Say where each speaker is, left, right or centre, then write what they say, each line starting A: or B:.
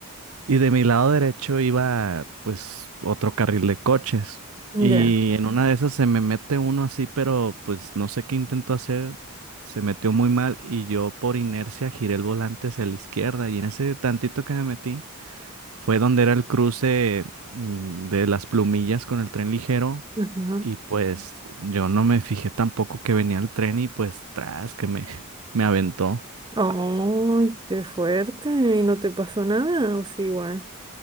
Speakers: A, on the right (about 80°); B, on the right (about 20°).
A: y de mi lado derecho iba pues otro carril de coches
B: Ya.
A: y en una de esas se me mete uno así, pero pues no sé qué intentó hacer, se metió muy mal y yo por inercia giré el volante hacia la izquierda y en ese tantito que me metí Fue donde era el cruce mm, de las plumillas con el tren ligero
B: Ajá.
A: y pues yo no me fijé tampoco que venía el tren y pues tras que me, <laughs> me aventó.
B: Oh, qué fuerte. ¿Y no te pasó nada? O sí, igual.